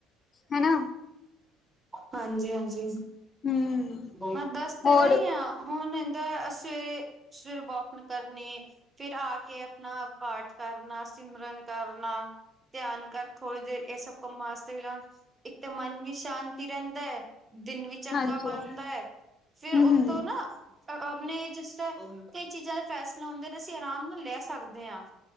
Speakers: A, on the left (about 40°); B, on the right (about 20°).
A: ਹੈਨਾ
B: ਹਾਂਜੀ-ਹਾਂਜੀ
A: ਹਮ
B: ਹਾੰ ਦੱਸ ਤੇ
A: ਹੋਰ
B: ਰਹੀ ਆ। ਹੁਣ ਹਿੰਦਾ ਸਵੇਰੇ, ਸਵੇਰੇ ਵੋਕ ਮੈ ਕਰਨੀ ਫੇਰ ਆ ਕੇ ਨਾ ਪਾਠ ਕਰਨਾ, ਸਿਮਰਨ ਕਰਨਾ ਧਿਆਨ ਕਰ ਥੋੜ੍ਹੀ ਦੇਰ ਇਹ ਸਬ ਕੰਮਾਂ ਆਸਤੇ ਵੀ ਲਾ ਇੱਕ ਤਾਂ ਮਨ ਵੀ ਸ਼ਾਂਤੀ ਰਹਿੰਦਾ ਹੈ, ਦਿਨ ਵਿੱਚ ਚੰਗਾ
A: ਹਾਂਜੀ
B: ਬਣਦਾ ਐ
A: ਹਮ
B: ਫੇਰ ਉੱਤੋਂ
A: ਹਮ
B: ਨਾ ਓਰ ਉਹ ਅਪਨੇ ਜਿਸ ਤਰ੍ਹਾਂ ਕਈ ਚੀਜ਼ਾਂ ਦੇ ਫੈਸਲਾ ਹੁੰਦੇ ਨੇ ਅਸੀਂ ਆਰਾਮ ਨਾਲ ਲੈ ਸਕਦੇ ਆੰ